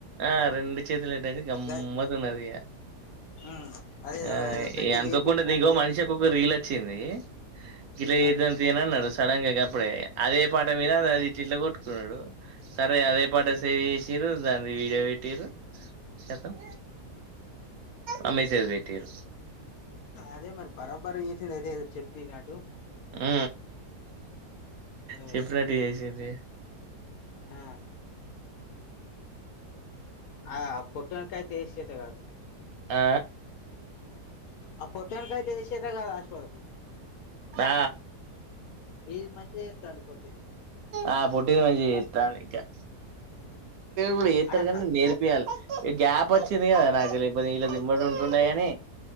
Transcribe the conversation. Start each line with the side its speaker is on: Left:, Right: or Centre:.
Right: ఆ రెండు చేతులు వెట్టి అయితే గమ్మతున్నది
Left: గ-
Right: ఇగ
Left: ఉమ్, అదే
Right: ఆ
Left: పెట్టి
Right: అనుకోకుండా
Left: చేపించినట్టు
Right: ఇగో
Left: చేసింది
Right: మనిషి ఒక్కొ రీల్ వచ్చి చ్చింది ఇలా
Left: ఉమ్,
Right: ఏదంత ఏన అన్నారు సడన్ గా గప్పుడే అదే పాట మీద
Left: ఉమ్,
Right: అది ఇట్ల ఇట్ల కొట్టుకునుడు సరే అదే పాట
Left: ఉమ్,
Right: సేవ్ చేసిర్రు దాన్ వీడియో పెట్టిర్రు కతం
Left: ఉమ్.
Right: ఆ మెసేజ్ పెట్టిర్రు
Left: అదే మరి బరాబరి చేసింది అదే అదే చెప్పి నాటు
Right: ఉ
Left: అదే
Right: చెప్పినట్టు
Left: కదా
Right: చేసింది
Left: ఆ, ఆ ఫోటోని కాయ తెష అంతే గాదు
Right: ఆ
Left: ఆ పొట్టోన్ కైతే ఏది షేత గాదు అష్ బా
Right: ఆ
Left: ఇది మంచిగా చేత్తది పోట్టిది
Right: ఆ పొట్టిది మంచిగా చేతంది ఇంకా
Left: ఉమ్.
Right: కూడా ఏతరు
Left: ఆడ
Right: కన్నా నేర్పియాలి ఏ గ్యాప్ వచ్చ వచ్చింది
Left: కరెక్ట్
Right: కదా నాకు లేకపోతే వీళ్ళ దిమ్మడి ఉంటున్నాయ అని